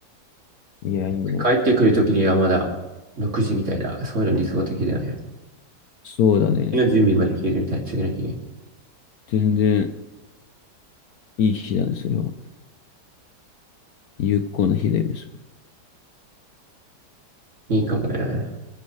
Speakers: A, on the left (about 65°); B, on the right (about 45°).
A: いや、いいね。
B: 帰ってくるときにはまだ6時みたいな、そういうの理想的だよね。
A: そうだね。
B: 次の準備までできるみたいな、次の日。
A: 全然いい日だね、それは。有効な日だよね、それ。
B: いいかもね。